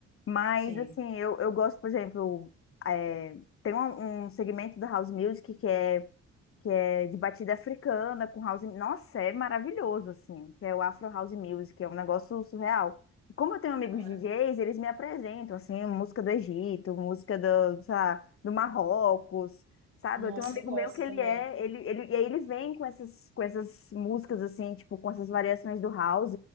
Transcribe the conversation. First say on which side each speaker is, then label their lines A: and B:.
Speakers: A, on the left; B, on the right.
A: Mas,
B: Sim.
A: assim, eu, eu gosto, por exemplo, é, tem um, um segmento da house music que é que é de batida africana, com house. Nossa, é maravilhoso, assim, que é o Afro House Music, é um negócio surreal. E Como eu tenho
B: Que
A: amigos
B: da hora.
A: DJs, eles me apresentam, assim, música do Egito, música do, sei lá, do Marrocos, sabe?
B: Nossa,
A: Eu tenho um amigo
B: eu gosto
A: meu que ele
B: também.
A: é, ele, ele, e aí ele vem com essas, com essas músicas, assim, tipo, com essas variações do house,